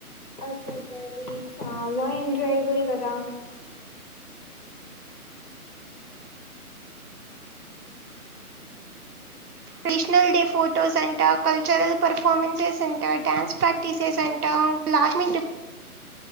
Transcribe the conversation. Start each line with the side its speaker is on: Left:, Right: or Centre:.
Left: అసలు అవి చాలా ఎంజాయ్ బుల్ కదా
Right: నేషనల్ డే ఫొటోస్ అంట కల్చరల్ పర్ఫార్మెన్సెస్ అంట డ్యాన్స్ ప్రాక్టీసెస్ అంట లాస్ట్ మనెట్